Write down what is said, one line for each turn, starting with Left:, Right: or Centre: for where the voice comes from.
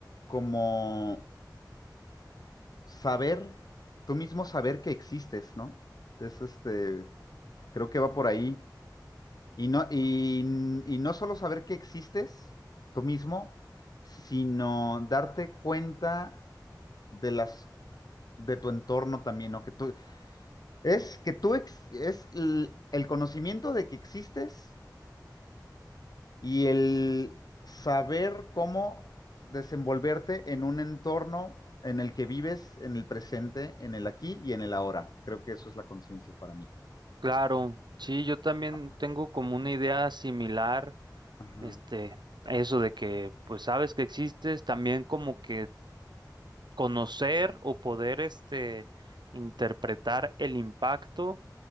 Left: como saber, tú mismo saber que existes, ¿no? Es este, creo que va por ahí. Y no, y, y no solo saber que existes tú mismo, sino darte cuenta de las, de tu entorno también, ¿no? Que tú, es que tú, ex- es l- el conocimiento de que existes y el saber cómo desenvolverte en un entorno en el que vives, en el presente, en el aquí y en el ahora. Creo que eso es la conciencia para mí.
Right: Claro, sí, yo también
Left: Ajá.
Right: tengo como una idea similar,
Left: Ajá.
Right: este, a eso de que, pues sabes que existes, también como que conocer o poder este, interpretar el impacto